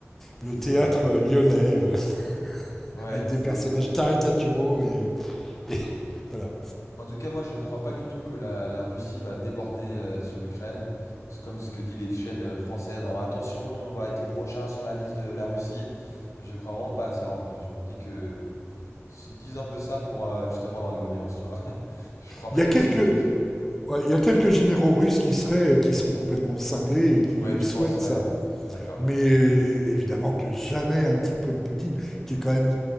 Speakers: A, in the centre; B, on the left.
A: Le
B: C'est
A: théâtre
B: guignol.
A: euh, lyonnais, euh, <laughs>
B: Ouais,
A: avec
B: c'est...
A: des personnages caricaturaux et, et voilà.
B: En tout cas, moi, je ne crois pas du tout que la, la Russie va déborder euh, sur l'Ukraine. C'est comme ce que disent les chaînes euh, françaises. en, Attention, on va être les prochains sur la liste de la Russie. Je crois vraiment pas à ça, en vrai. Je me dis que... S'ils disent un peu ça pour euh, justement avoir de l'audience, tu vois. <laughs> Je crois pas
A: Il y
B: du
A: a
B: tout
A: quelques,
B: que c'est le but
A: ouais, il y a quelques généraux russes qui seraient, euh, qui sont complètement cinglés et qui
B: Ouais, tu
A: souhaitent
B: penses quand
A: ça.
B: même. D'accord.
A: Mais euh, évidemment que jamais un type comme Poutine, qui est quand même